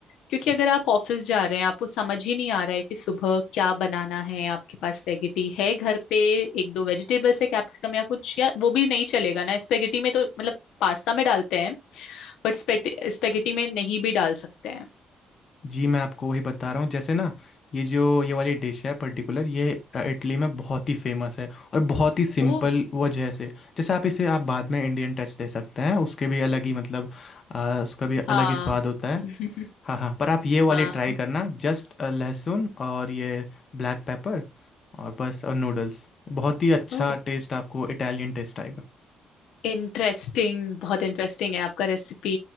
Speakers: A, on the left; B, on the left.
A: क्योंकि अगर आप ऑफिस जा रहे हैं आपको समझ ही नहीं आ रहा है कि सुबह क्या बनाना है आपके पास स्पेगेटी है घर पे एक दो वेजिटेबल्स है कैप्सिकम या कुछ या वो भी नहीं चलेगा ना स्पेगेटी में तो मतलब पास्ता में डालते हैं बट स्पेगेटी में नहीं भी डाल सकते हैं
B: जी मैं आपको वही बता रहा हूँ जैसे ना ये जो ये वाली डिश है पर्टिकुलर ये अ, इटली में बहुत ही फेमस है और बहुत ही सिंपल
A: ओ
B: वजह से जैसे आप इसे आप बाद में इंडियन टच दे सकते हैं उसके भी अलग ही मतलब अ, उसका भी अलग
A: हाँ
B: ही स्वाद होता है
A: <laughs>
B: हाँ हाँ पर आप ये वाली ट्राई
A: हाँ
B: करना जस्ट लहसुन और ये ब्लैक पेपर और बस और नूडल्स बहुत ही अच्छा
A: ओ
B: टेस्ट आपको इटालियन टेस्ट आएगा
A: इंटरेस्टिंग बहुत इंटरेस्टिंग है आपका रेसिपी